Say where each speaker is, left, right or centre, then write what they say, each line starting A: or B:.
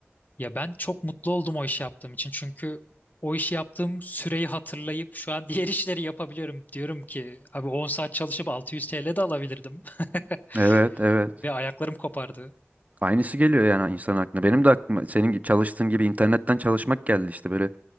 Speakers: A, on the left (about 40°); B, on the right (about 35°).
A: Ya ben çok mutlu oldum o işi yaptığım için. Çünkü o işi yaptığım süreyi hatırlayıp şu an <laughs> diğer işleri yapabiliyorum. Diyorum ki abi 10 saat çalışıp 600 TL de alabilirdim. <laughs>
B: Evet, evet.
A: Ve ayaklarım kopardı.
B: Aynısı geliyor yani insan aklına. Benim de aklıma senin gibi çalıştığın gibi internetten çalışmak geldi işte böyle